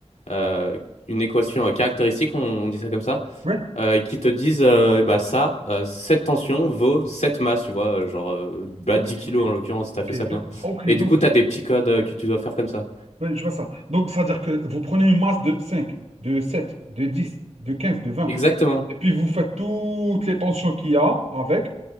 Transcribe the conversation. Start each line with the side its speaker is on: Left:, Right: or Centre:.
Left: euh, une équation euh, caractéristique, on, on dit ça comme ça,
Right: Oui,
Left: euh, qui te disent euh, eh bah ça, euh, cette tension vaut cette masse, tu vois, euh, genre euh, bah,
Right: ok,
Left: 10 kilos
Right: ok.
Left: en l'occurrence, si t'as
Right: Ok,
Left: fait ça bien.
Right: donc, ok,
Left: Et
Right: donc,
Left: du coup, t'as des petits codes euh, que tu dois faire comme ça.
Right: ouais, je vois ça. Donc, ça veut dire que vous prenez une masse de 5, de 7, de 10, de 15, de 20,
Left: Exactement.
Right: et puis vous faites toutes les tensions qu'il y a avec.